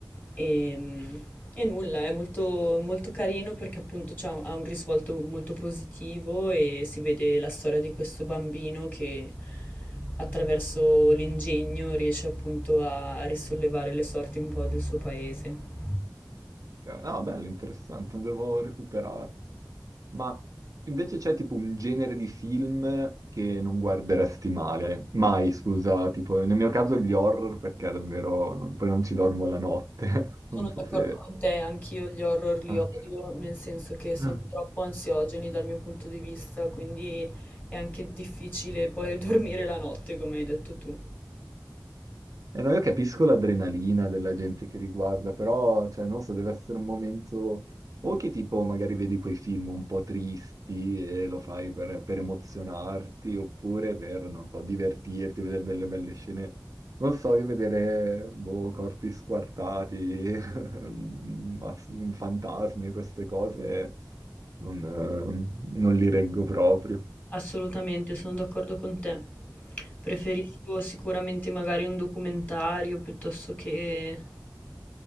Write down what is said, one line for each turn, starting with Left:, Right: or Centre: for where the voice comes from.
Left: e, e nulla, è molto, molto carino perché appunto c'ha- ha un risvolto molto positivo e si vede la storia di questo bambino che attraverso l'ingegno riesce appunto a risollevare le sorti un po' del suo paese.
Right: Ok, No, bello, interessante, lo devo recuperare. Ma invece c'è tipo un genere di film che non guarderesti male, mai, scusa, tipo nel mio caso gli horror perché davvero non- poi non ci dormo la notte. <laughs>
Left: Sono
Right: Non so
Left: d'accordo
Right: se...
Left: con te, anch'io gli horror li
Right: Ah,
Left: odio,
Right: <laughs> ok.
Left: nel senso che sono
Right: Mm.
Left: troppo ansiogeni dal mio punto di vista, quindi è anche difficile poi <laughs> dormire la notte, come hai detto tu.
Right: E no, io capisco l'adrenalina della gente che riguarda, però, cioè, non so, deve essere un momento... O che tipo magari vedi quei film un po' tristi e lo fai per, per emozionarti, oppure per, non so, divertirti, vedere delle belle scene. Non so, di vedere, boh, corpi squartati, <laughs> mass- fantasmi, queste cose, non, eh, non li reggo proprio.
Left: Assolutamente, sono d'accordo con te. Preferisco sicuramente magari un documentario piuttosto che...